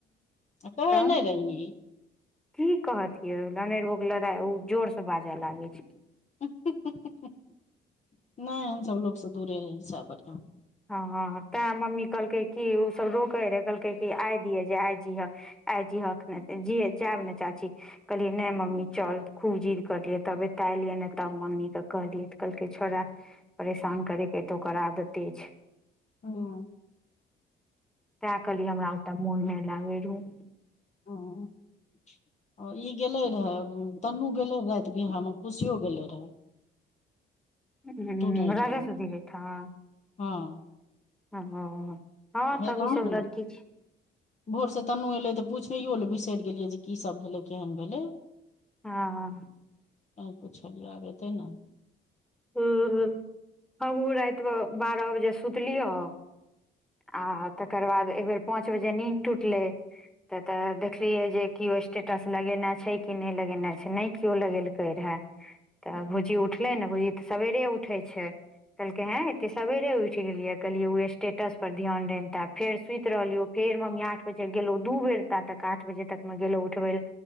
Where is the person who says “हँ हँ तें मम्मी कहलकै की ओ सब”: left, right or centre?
Centre